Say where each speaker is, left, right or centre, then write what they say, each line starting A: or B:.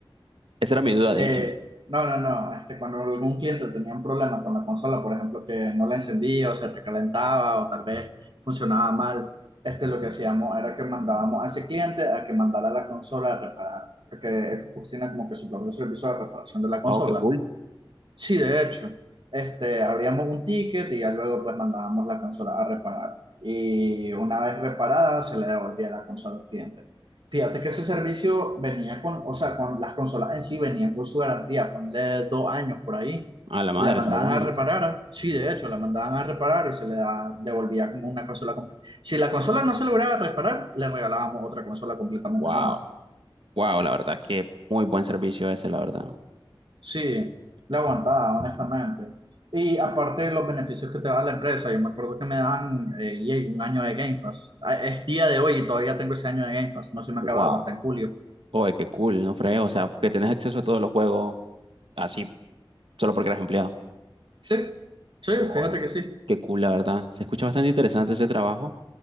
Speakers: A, on the right; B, on the right.
A: Esa era mi duda, de
B: Eh,
A: hecho.
B: no, no, no. Este, cuando algún cliente tenía un problema con la consola, por ejemplo, que no la encendía o se recalentaba o tal vez funcionaba mal, este, lo que hacíamos era que mandábamos a ese cliente a que mandara la consola a reparar, porque Xbox tiene como que su propio servicio de reparación de la consola.
A: Oh, qué cool.
B: Sí, de hecho, este, abríamos un ticket y ya luego pues mandábamos la consola a reparar. Y una vez reparada se le devolvía la consola al cliente. Fíjate que ese servicio venía con, o sea, con las consolas en sí venían con su garantía, ponle dos años por ahí.
A: A la madre,
B: Y la mandaban
A: está bueno.
B: a reparar.
A: eso.
B: Sí, de hecho, la mandaban a reparar y se le da- devolvía como una consola completa. Si la consola no se lograba reparar, le regalábamos otra consola completamente
A: Wow.
B: nueva.
A: Wow, la verdad es que muy buen servicio ese, la verdad.
B: Sí, la aguantaba, honestamente. Y aparte de los beneficios que te da la empresa, yo me acuerdo que me dan eh, yay, un año de Game Pass. Ah, Es día de hoy y todavía tengo ese año de Game Pass. No se me
A: Wow.
B: ha acabado hasta en julio.
A: Oye, qué cool, no fregues. O sea, que tenés acceso a todos los juegos así, solo porque eres empleado.
B: Sí, sí,
A: Oye,
B: fíjate que sí.
A: qué cool, la verdad. Se escucha bastante interesante ese trabajo.